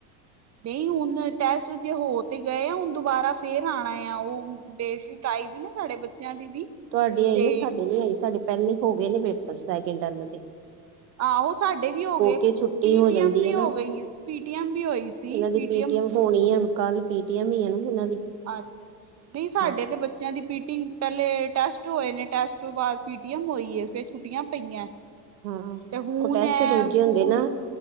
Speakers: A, on the right (about 30°); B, on the right (about 75°).
A: ਨਹੀਂ ਹੁਣ ਟੈਸਟ ਜੇ ਹੋ ਤੇ ਗਏ ਆ ਹੁਣ ਦੁਬਾਰਾ ਫੇਰ ਆਣਾ ਆ ਉਹ ਡੇਟ ਸ਼ੀਟ ਆਈ ਦੀ ਨਾ ਸਾਡੇ ਬੱਚਿਆਂ ਦੀ ਵੀ,
B: ਤੁਹਾਡੀ ਆਈ
A: ਤੇ
B: ਨਾ ਸਾਡੇ ਨੀ ਆਈ ਸਾਡੇ ਪਹਿਲੇ ਹੋ ਗਏ ਨੇ ਪੇਪਰ ਸੈਕਿੰਡ ਟਰਮ ਦੇ
A: ਆਹੋ ਸਾਡੇ ਵੀ ਹੋ ਗਏ
B: ਕੇ ਛੁੱਟੀ
A: ਪੀ-ਟੀ-ਐਮ
B: ਹੋ ਜਾਂਦੀ
A: ਵੀ
B: ਹੈ ਨਾ
A: ਹੋ ਗਈ, ਪੀ-ਟੀ-ਐਮ ਵੀ ਹੋਈ ਸੀ
B: ਇਹਨਾਂ ਦੀ
A: ਪੀ-ਟੀ-ਐਮ
B: ਹੋਣੀ ਆ, ਕੱਲ ਪੀ-ਟੀ-ਐਮ ਈ ਐ ਨਾ ਉਹਨਾਂ ਦੀ
A: ਅੱਛਾ, ਨਹੀਂ ਸਾਡੇ
B: ਹਾਂ
A: ਤੇ ਬੱਚੇ ਚਿਆਂ ਦੀ ਪੀ-ਟੀ ਪਹਿਲੇ ਟੈਸਟ ਹੋਏ ਨੇ ਟੈਸਟ ਤੋਂ ਬਾਅਦ ਪੀ-ਟੀ-ਐਮ ਹੋਈ ਫੇਰ ਛੁੱਟੀਆਂ ਪਈਆਂ।
B: ਹਾਂ,
A: ਤੇ ਹੁਣ
B: ਉਹ ਟੈਸਟ
A: ਹੈ
B: ਦੂਜੇ
A: ਸਕੂਲ
B: ਹੁੰਦੇ ਨਾ।